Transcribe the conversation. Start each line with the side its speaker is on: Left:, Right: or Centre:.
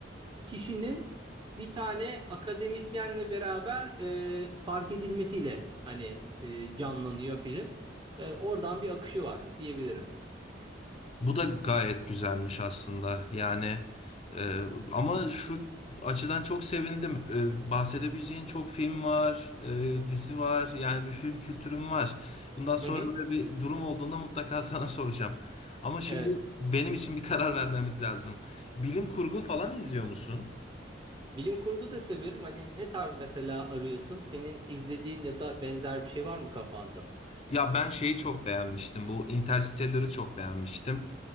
Right: kişinin bir tane akademisyenle beraber e, fark edilmesiyle hani e, canlanıyor film. E, oradan bir akışı var diyebilirim.
Left: Bu da gayet güzelmiş aslında. Yani e, ama şu açıdan çok sevindim. E, bahsedebileceğin çok film var, e, dizi var. Yani bir film kültürüm var. Bundan sonra
Right: Hı hı.
Left: böyle bir durum olduğunda mutlaka <laughs> sana soracağım. Ama şimdi
Right: Evet.
Left: benim için bir karar vermemiz lazım. Bilim kurgu falan izliyor musun?
Right: Bilim kurgu da severim. Hani ne tarz mesela arıyorsun? Senin izlediğin ya da benzer bir şey var mı kafanda?
Left: Ya ben şeyi çok beğenmiştim. Bu Interstellar'ı çok beğenmiştim.